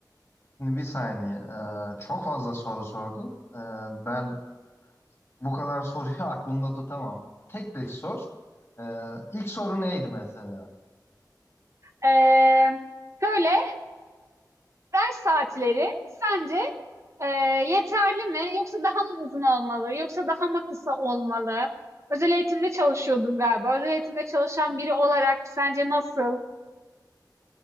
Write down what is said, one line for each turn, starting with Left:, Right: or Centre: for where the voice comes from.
Left: Şimdi bir saniye. Ee, çok fazla soru sordun. Ee, ben bu kadar soruyu <laughs> aklımda tutamam. Tek tek sor. Ee, ilk soru neydi mesela?
Right: Ee, Şöyle ders saatleri sence e, yeterli mi? Yoksa daha mı uzun olmalı? Yoksa daha mı kısa olmalı? Özel eğitimde çalışıyordum galiba. Özel eğitimde çalışan biri olarak sence nasıl?